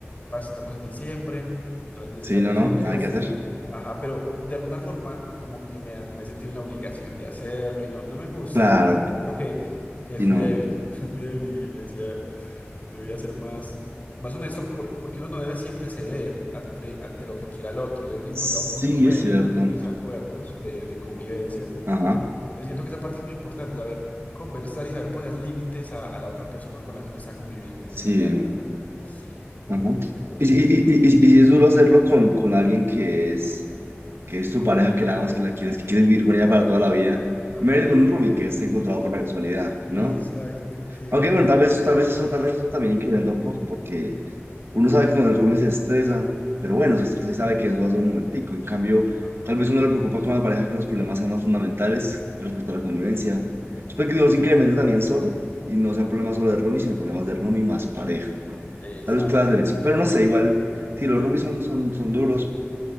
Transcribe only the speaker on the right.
Sí, no,
no,
nada que hacer.
Claro,
y
no.
Sí,
es cierto.
Ajá,
sí,
ajá.
Y, si- y, y, y- y si es duro hacerlo con, con alguien que es, que es tu pareja, que la amas, que la quieres, que quieres vivir con ella para toda la vida.
Imagínate con un roomie que esté encontrado por la casualidad, ¿no?
Aunque bueno, tal vez, tal vez eso, tal vez eso también incrementa un poco, porque Uno sabe que cuando el roomie se estresa, pero bueno, se estresa y sabe que eso hace un momentico. En cambio,
tal vez uno le preocupa con la pareja que los problemas sean más fundamentales respecto a la convivencia. Después que uno los incremente también solo y no
sean problemas solo de roomie, sino problemas de roomie más pareja.
Tal vez pueda hacer eso, pero no sé, igual, si los roomies son, son, son duros,